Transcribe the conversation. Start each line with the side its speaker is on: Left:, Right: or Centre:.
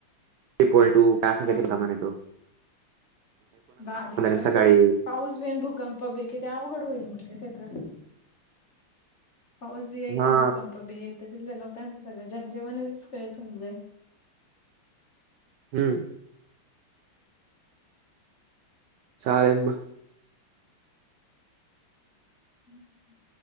Right: इक्वल टू काय असं
Left: हम
Right: काय ते प्रमाण येतो.
Left: बारीक असे,
Right: सकाळी
Left: पाऊस बीन भूकंप पबलीिकथ अवघड होईल मग तिथे तर पाऊस बी येईल
Right: हा
Left: आणि भूकंप बील तर तिथल्या लोकांचंगळं जनजीवन, दिस्कळी होन जाईल
Right: हम्म्मः! ! साहेबभ! !
Left: हम्म